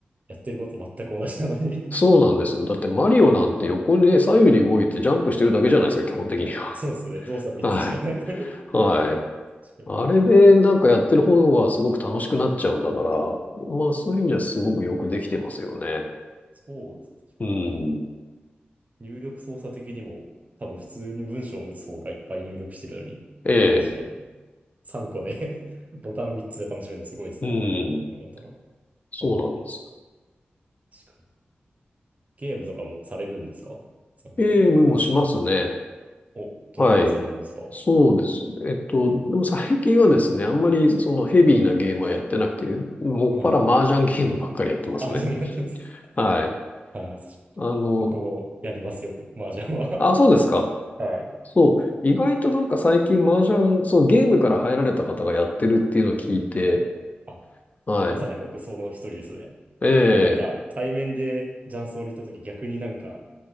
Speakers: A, on the right; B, on the left.
A: やってること全く同じなのに
B: そうなんですよ。だってマリオなんて横にね、
A: <laughs> そうだ。
B: 左右に動いてジャンプしてるだけじゃないですか、基本的には。
A: そうですね。動作3つしかないのに
B: <laughs> はい。はい。
A: 確かに。
B: あれでなんかやってる方がすごく楽しくなっちゃうんだから、まあそういう意味ではすごくよくできてますよね。
A: そうですね。確かに。
B: うん。
A: 入力操作的にも、多分普通に文章を打つ方がいっぱい入力してるのに、
B: ええ。
A: 確かに。3個で <laughs> ボタン3つで楽しめるのすごいですね。
B: うん。
A: そう考えたら。あ
B: そうなんです。
A: あ、確かに。ゲームとかもされるんですか津山さんは。
B: ゲームもしますね。
A: お、どんなのされるんですか
B: はい。そうですね。えっと、でも最近はですね、あんまりそのヘビーなゲームはやってなくて、もっぱら麻雀ゲームばっかりやってますね。
A: はい。あ、<laughs> じゃあやってます。
B: はい。
A: ああ、確かに。
B: あの、
A: 僕もやります、よく。麻雀は。
B: あ、そうですか。
A: <laughs> はい。
B: そう、意外となんか最近麻雀、そう、ゲームから入られた方がやってるっていうのを聞いて、
A: あ、
B: はい。
A: まさに僕、その一人ですね。
B: え
A: なんか、
B: え、
A: 対面で雀荘に行った時、逆になんか、